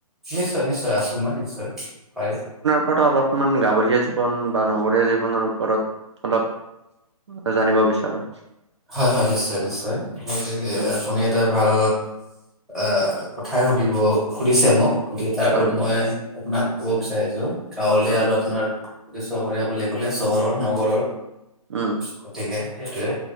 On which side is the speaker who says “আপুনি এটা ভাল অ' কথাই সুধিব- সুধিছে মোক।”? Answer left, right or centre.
Centre